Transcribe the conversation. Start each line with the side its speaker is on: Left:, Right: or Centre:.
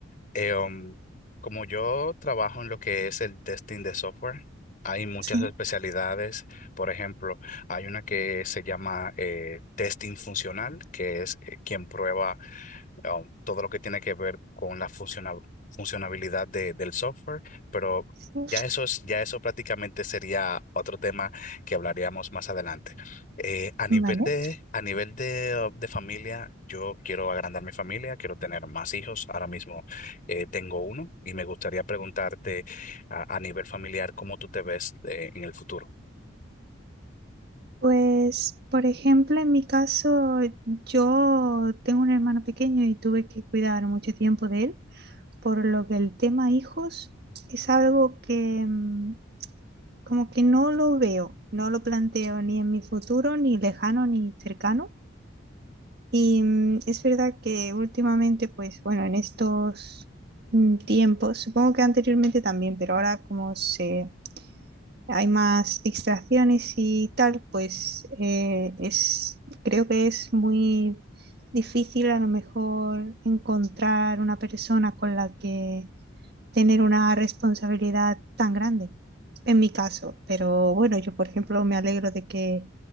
Left: Eh, um, como yo trabajo en lo que es el testing de software, hay muchas
Right: Sí,
Left: especialidades. Por ejemplo, hay una que se llama eh, testing funcional, que es eh, quien prueba um, todo lo que tiene que ver con la funciona- funcionabilidad de- del software, pero
Right: sí,
Left: ya eso es, ya eso prácticamente sería otro tema que hablaríamos más adelante. Eh, a nivel
Right: vale.
Left: de, a nivel de, uh, de familia, yo quiero agrandar mi familia, quiero tener más hijos. Ahora mismo eh, tengo uno y me gustaría preguntarte a, a nivel familiar cómo tú te ves eh, en el futuro.
Right: Pues, por ejemplo, en mi caso, yo tengo un hermano pequeño y tuve que cuidar mucho tiempo de él, por lo que el tema hijos es algo que mm, como que no lo veo, no lo planteo ni en mi futuro, ni lejano, ni cercano Y mm, es verdad que últimamente, pues bueno, en estos mm, tiempos, supongo que anteriormente también, pero ahora como se hay más distracciones y tal, pues eh, es, creo que es muy difícil a lo mejor encontrar una persona con la que tener una responsabilidad tan grande, en mi caso. Pero bueno, yo, por ejemplo, me alegro de que,